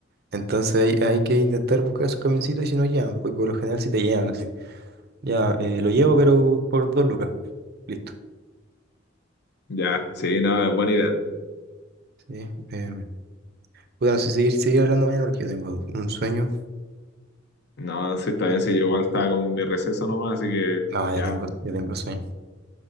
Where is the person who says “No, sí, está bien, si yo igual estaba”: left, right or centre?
Left